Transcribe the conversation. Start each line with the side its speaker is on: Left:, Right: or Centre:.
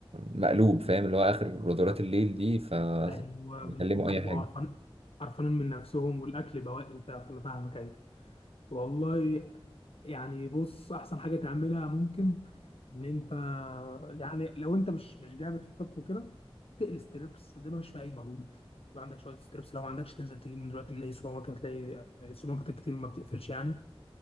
Right: مقلوب فاهم اللي هو اخر غدرات الليل دي ف
Left: ايوه
Right: بيكلموا
Left: بيبقوا
Right: اي
Left: بيبقوا
Right: حاجه
Left: قرفان قرفانين من نفسهم والاكل بواقي وبتاع فانا فاهمك ايوه والله يعني بص احسن حاجه تعملها ممكن ان انت يعني لو انت مش مش جامد في الطبخ وكده تقلي ستريبس ده مش في اي مجهود يبقى عندك شويه ستريبس لو ما عندكش تنزل تجيب من دلوقتي من اي سوبر ماركت هتلاقي السوبر ماركت كتير ما بتقفلش يعني